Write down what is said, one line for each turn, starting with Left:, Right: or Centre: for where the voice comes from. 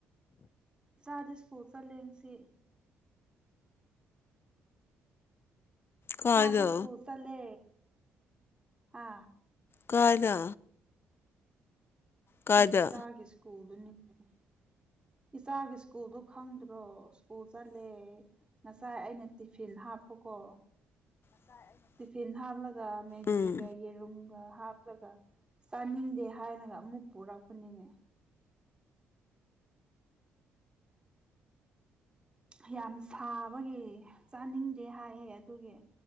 Right: ꯏꯆꯥꯗꯤ ꯁꯀ꯭ꯨꯜ ꯆꯠꯂꯦ ꯉꯁꯤ
Left: ꯀꯥꯏꯗ
Right: ꯏꯆꯥꯗꯤ ꯁꯀ꯭ꯨꯜ ꯆꯠꯂꯦ ꯍꯥ
Left: ꯀꯅꯥ ꯀꯥꯏꯗ
Right: ꯑꯦ ꯆꯥꯒꯤ ꯁ꯭ꯀꯨꯜꯗꯨꯅꯤꯅꯦ ꯏꯆꯥꯒꯤ ꯁ꯭ꯀꯨꯜꯗꯣ ꯈꯪꯗ꯭ꯔꯣ ꯁ꯭ꯀꯨꯜ ꯆꯠꯂꯦ ꯉꯁꯥꯏ ꯑꯩꯅ ꯇꯤꯐꯤꯟ ꯍꯥꯞꯄꯀꯣ
Left: <unintelligible>
Right: ꯇꯤꯐꯤꯟ ꯍꯥꯞꯂꯒ ꯃꯦꯒꯤꯒ
Left: ꯎꯝ
Right: ꯌꯦꯔ ꯔꯨꯝꯒ ꯍꯥꯞꯂꯒ ꯆꯥꯅꯤꯡꯗꯦ ꯍꯥꯏꯅꯒ ꯑꯃꯨꯛ ꯄꯨꯔꯛꯄꯅꯤꯅꯦ ꯑ ꯌꯥꯝ ꯁꯥꯕꯒꯤ ꯆꯥꯅꯤꯡ ꯗꯦ ꯍꯥꯏꯌꯦ ꯑꯗꯨꯒꯤ